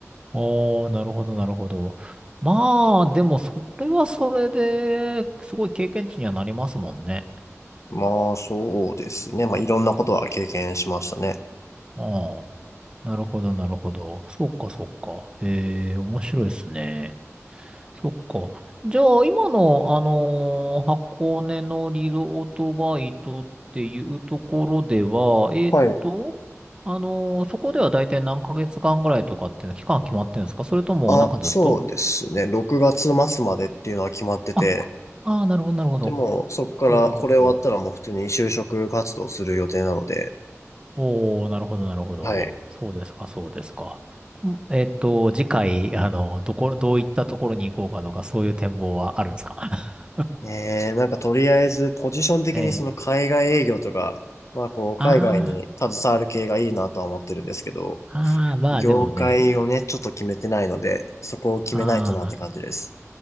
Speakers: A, on the right (about 20°); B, on the left (about 70°).
A: ああ、なるほど、なるほど。まあ、でも、それはそれで、すごい経験値にはなりますもんね。
B: まあ、そうですね。まあ、いろんなことは経験しましたね。
A: うん。なるほど、なるほど。そうか、そうか。ええ、面白いですね。そっか。じゃあ、今の、あのー箱根のリゾートバイトっていうところでは、えーっと、
B: はい。
A: あのーそこでは大体何ヶ月間ぐらいとかっていうの期間決まってるんですかそれとも、
B: あ、
A: なんかずっと
B: そうですね。6月末までっていうのは決まってて、
A: あ、ああー、なるほど、なるほど。
B: でも、そこから、
A: ほうほうほう。
B: これ終わったらもう普通に就職活動する予定なので、
A: おー、なるほど、なるほど。
B: はい。
A: そうですか、そうですか。んえっと、次回、あの、どこ、どういったところに行こうかとか、そういう展望はあるんですか <laughs>
B: ねえ、なんかとりあえずポジション的にその海外営業とか、
A: ええ。
B: まあこう海外に携わる系がいいなとは思ってるんですけど、
A: ああ、ああ、まあでもね、
B: 業界をね、ちょっと決めてないので、そこを決めないとなって感じです。
A: ああ、